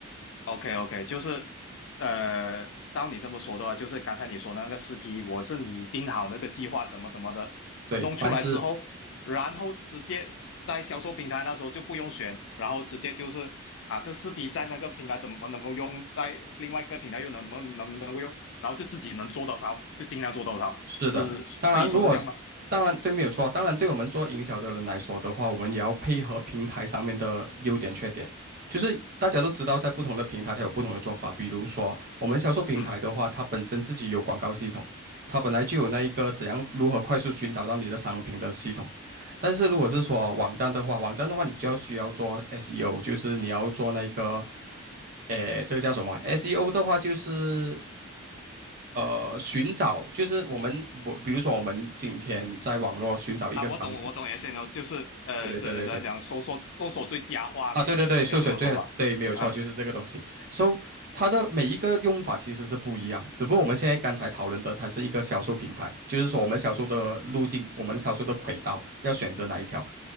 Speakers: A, on the left; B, on the right.
A: OK OK，就是呃，照你这么说的话，就是刚才你说那个四 P，我是拟定好那个计划怎么怎么的，
B: 对，
A: 弄出来之后，
B: 凡是
A: 然后直接在销售平台那时候就不用选，然后直接就是啊，这四 P 在那个平台怎么能够用，在另外一个平台又能不能能不能够用，然后就自己能做多少就尽量做多少，
B: 是的，
A: 是可以说是这样吗？
B: 当然，如果当然对，没有错。当然，对我们做营销的人来说的话，我们也要配合平台上面的优点缺点。就是大家都知道，在不同的平台它有不同的做法。比如说，我们销售平台的话，
A: 嗯。
B: 它本身自己有广告系统，它本来就有那一个怎样如何快速寻找到你的商品的系统。但是如果是说网站的话，网站的话你就要需要做 SEO，就是你要做那个，诶，这个叫什么？SEO 的话就是呃，寻找就是我们我，比如说我们今天在网络寻找一个商品，
A: 啊，我懂，我懂 SNL，就是呃，
B: 对对对对对，
A: 怎怎么讲，搜索搜索最佳化，
B: 啊，
A: 可以这可以这么说吧？
B: 对对对，秀水最对，没有错，
A: 啊。
B: 就是这个东西。So，它的每一个用法其实是不一样，只不过我们现在刚才讨论的，它是一个销售平台，就是说我们销售的路径，我们销售的轨道要选择哪一条。